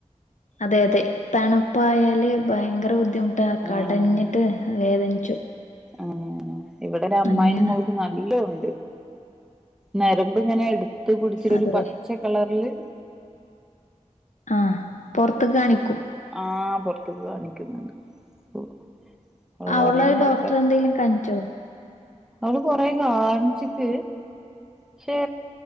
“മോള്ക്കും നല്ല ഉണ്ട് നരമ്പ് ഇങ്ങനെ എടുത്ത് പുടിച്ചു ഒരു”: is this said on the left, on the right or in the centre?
Centre